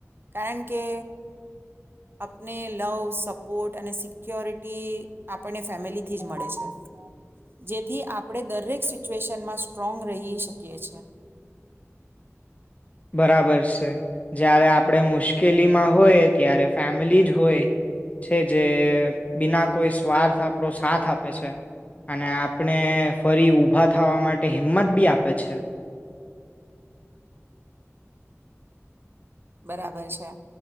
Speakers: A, on the right; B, on the left.
A: કારણ કે અપને લવ સપોર્ટ અને સિક્યોરિટી આપણને ફેમિલીથી જ મળે છે. જેથી આપ? આપડે દરેક સિચ્યુએશનમાં સ્ટ્રોંગ રહી શકીએ છીએ.
B: બરાબર છે જ્યારે આપણે મુશ્કેલીમાં હોય ત્યારે ફેમલી જ હોય છે. જે બિના કોઈ સ્વાર્થ આપણો સાથ આપે છે અને આપને ફરી ઊભા થાવા માટે હિંમતબી આપે છે
A: બરાબર છે